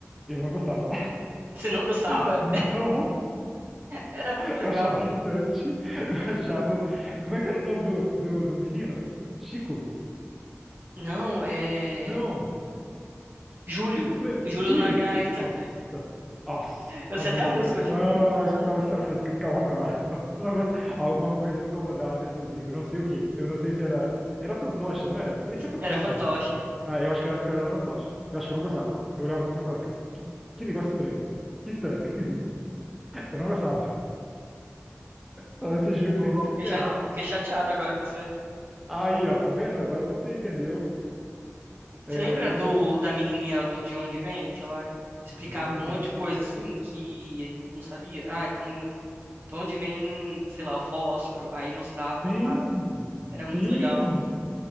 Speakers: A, in the centre; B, on the right.
A: Eu não gostava.
B: Você não gostava?
A: <laughs> Não.
B: Era muito
A: <laughs>
B: legal.
A: Eu achava irritante. <laughs> Eu achava. Como é que era o nome do, do, do menino? Chico?
B: Não, é.
A: Não.
B: Júlio.
A: Eu não lembro.
B: Júlio
A: Júlio?
B: na gaita.
A: Nossa. Nossa,
B: Eu
A: essa
B: sei
A: música.
B: até a música,
A: Não,
B: Júlio na gaita.
A: eu escutava essa música e ficava bravo. <laughs> Eu não gosto- Alguma coisa me incomodava nesse desenho. Eu não sei o quê. Eu não sei se era. Era fantoche, não era? Parecia fantoche.
B: Era fantoche.
A: esse menino. Ah, eu acho que era, porque era fantoche. Eu acho que eu não gostava. Eu olhava aqui pra ele e falava: que, que negócio estranho. Que estranho, que esquisito. Eu não gostava. Falava, Esse Júlio
B: Pô,
A: tem que se
B: fiquei
A: ferrar.
B: cha- fiquei chateado agora com você.
A: Aí, ó, tá vendo? Agora você entendeu.
B: Você
A: É,
B: lembra
A: como
B: do
A: eu me senti?
B: da menininha do De Onde Vem? Que ela explicava
A: De onde?
B: um monte de coisa assim que a gente não sabia. Ah, é como. De onde vem, sei lá, o fósforo? Aí mostrava uma
A: Sim,
B: fada. Era muito
A: sim,
B: legal.